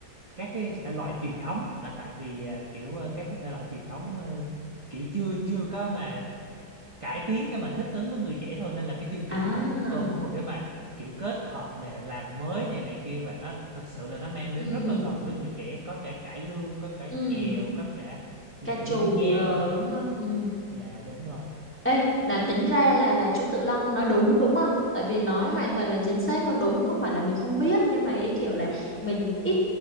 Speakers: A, on the right (about 20°); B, in the centre.
A: các cái thể loại truyền thống mà tại vì ờ, kiểu ờ, các cái thể loại truyền thống ờ, kiểu chưa chưa có mà cải tiến để mà thích ứng với người trẻ thôi nên là cái chương trình
B: à
A: này là một cái cơ hội để mà kiểu kết hợp nè làm mới này này kia và nó thực sự là nó mang đến
B: ừ.
A: rất là gần với người trẻ có cả cải lương có cả
B: Ừ.
A: chèo có cả nhạc
B: ca
A: dân
B: trù
A: gian
B: rồi
A: rồi
B: đúng không ừ.
A: dạ đúng rồi
B: Ê, mà tính ra là là chú Tự Long nói đúng đúng không? Tại vì nói hoàn toàn là chính xác nó đúng không phải là mình không biết nhưng mà ý kiểu là mình ít